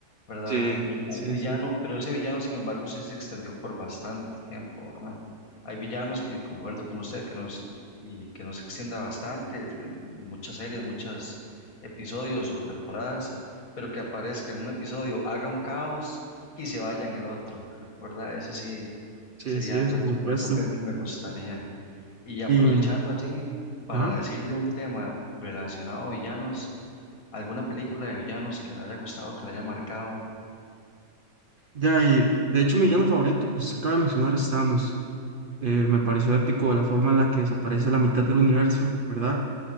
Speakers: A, on the left; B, on the right.
A: ¿verdad?
B: Sí,
A: Un, un
B: sí,
A: villano,
B: sí.
A: pero ese villano, sin embargo, sí se extendió por bastante tiempo, ¿verdad? Hay villanos que concuerdo con usted que nos, y que nos extienda bastante, en muchas series, muchas episodios o temporadas, pero que aparezca en un episodio, haga un caos y se vaya en el otro, ¿verdad? Ese sí
B: Sí,
A: sería
B: sí,
A: algo
B: por
A: así
B: supuesto.
A: como un papel que me gustaría. Y aprovechando
B: Y,
A: así para
B: ajá.
A: decirle un tema relacionado a villanos, alguna película de villanos que le haya gustado, que le haya marcado.
B: Ya, y de hecho mi villano favorito, pues se acaba de mencionar es Thanos. Eh, me pareció épico la forma en la que desaparece la mitad del universo, ¿verdad?